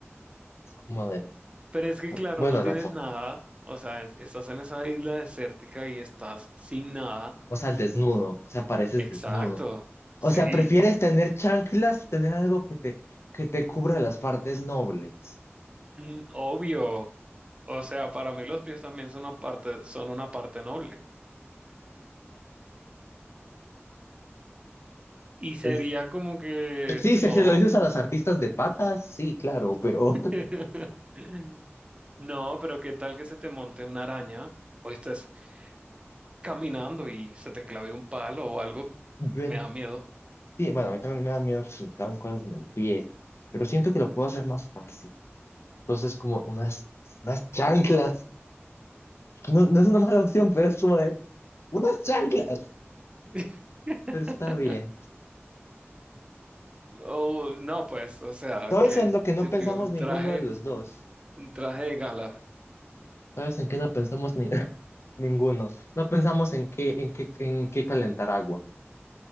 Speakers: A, on the left (about 65°); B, on the right (about 25°).
A: Como de,
B: Pero es que claro,
A: bueno,
B: no tienes
A: las,
B: nada. O sea, es- estás en esa isla desértica y estás sin nada.
A: o sea, desnudo, o sea, pareces
B: Exacto.
A: desnudo.
B: Sí.
A: O sea, prefieres tener chanclas, tener algo que te, que te cubra las partes nobles.
B: Mm, obvio. O sea, para mí los pies también son una parte, son una parte noble. Y sería
A: Es-
B: como que
A: sí,
B: no.
A: si se lo dices a las artistas de patas, sí, claro, pero
B: <laughs> No, pero ¿qué tal que se te monte una araña? O estás caminando y se te clave un palo o algo.
A: yo
B: Me da miedo.
A: entiendo, bueno, a mí también me da miedo que se me claven cosas en el pie, pero siento que lo puedo hacer más fácil. Entonces, como unas, unas chanclas, no, no es una mala opción, pero es como de unas chanclas,
B: <laughs>
A: pero está bien.
B: O no, pues, o sea,
A: Todo
B: que
A: eso es lo que no
B: te
A: pensamos
B: pido un
A: ninguno
B: traje,
A: de los dos.
B: un traje de gala.
A: ¿Sabes en qué no pensamos ni- <laughs> ninguno? No pensamos en qué, en qué, en qué calentar agua.